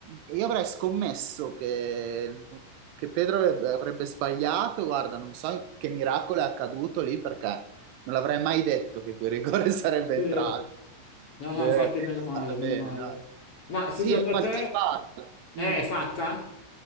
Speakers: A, on the right; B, on the left.
A: io avrei scommesso che, che Pedro avrebbe avrebbe sbagliato. Guarda, non so che miracolo è accaduto lì perché non avrei mai detto che quel rigore <laughs> sarebbe
B: sì.
A: entrato.
B: No,
A: Beh,
B: no, infatti
A: è
B: meno male,
A: stata
B: meno
A: bene,
B: male.
A: dai.
B: Ma secondo
A: Sì, è quasi
B: te
A: fatto.
B: è
A: Mm,
B: fatta?